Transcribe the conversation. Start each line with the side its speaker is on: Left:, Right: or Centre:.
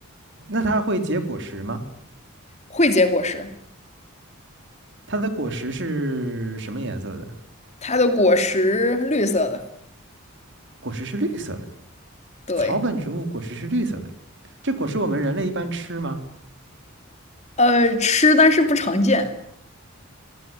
Right: 那它会结果实吗？
Left: 会结果实，
Right: 它的果实是什么颜色的？
Left: 它的果实绿色的。
Right: 果实是绿色的。
Left: 对，
Right: 草本植物果实是绿色的。这果实我们人类一般吃吗？
Left: 呃，吃但是不常见，